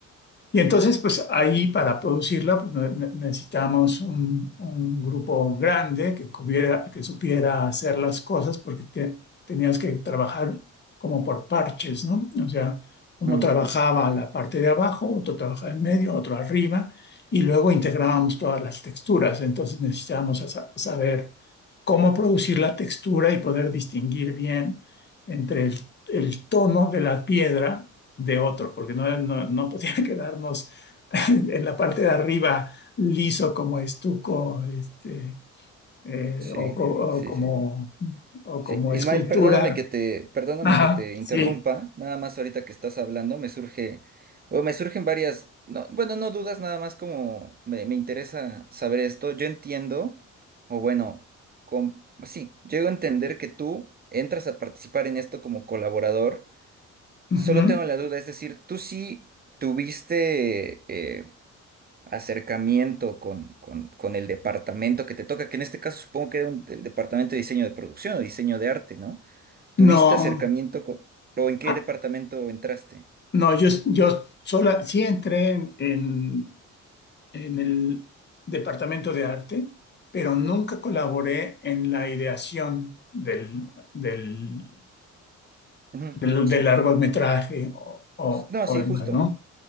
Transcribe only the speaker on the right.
Mm.
Sí,
sí,
sí.
Sí,
Ismael,
perdóname que te, perdóname
que te interrumpa,
nada más ahorita que estás hablando, me surge, o me surgen varias, no, bueno, no dudas, nada más como me, me interesa saber esto, yo entiendo, o bueno, con, sí, llego a entender que tú entras a participar en esto como colaborador
Solo tengo la duda, es decir, tú sí tuviste eh, acercamiento con, con, con el departamento que te toca, que en este caso supongo que era un- el departamento de diseño de producción o diseño de arte, ¿no? ¿Tuviste
acercamiento con, o en qué
departamento entraste?
Ujú,
Sí.
No,
sí,
justo.